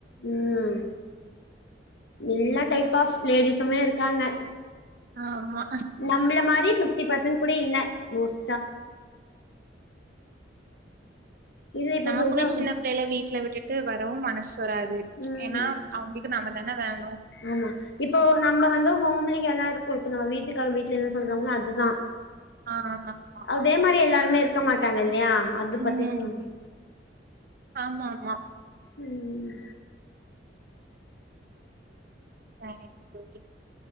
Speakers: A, on the left (about 65°); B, on the right (about 50°).
A: ம் எல்லா டைப் ஆஃப் லேடிஸுமே இருக்காங்க
B: ஆமா
A: நம்மள மாரி ஃபிப்டி பேர்சன்ட் அப்டி இல்ல நியூஸ் இல்ல இப்போ
B: நமக்குமே
A: சொல்றோம்
B: சின்ன பிள்ளைலே வீட்டுல விட்டுட்டு வர ரவும் மனசு வராது
A: ம்
B: ஏன்னா அவங்களுக்கு நம்மதா என்ன வேன்
A: ஆமா இப்போ நம்ம வந்து ஹோம்லி கேர்ல்லா இருக்கோ இப்ப நம்ம வீட்டுக்கு கெளம்பிட்டு என்ன சொல்றாங்களோ அதுதா
B: ஆ ஆமா
A: அதே மாரி எல்லாருமே இருக் க்க மாட்டாங்க இல்லையா அது பத்தி
B: ம்
A: சொல்லுங்க
B: ஆமா ஆமா
A: ம்
B: வேற என்ன தோழி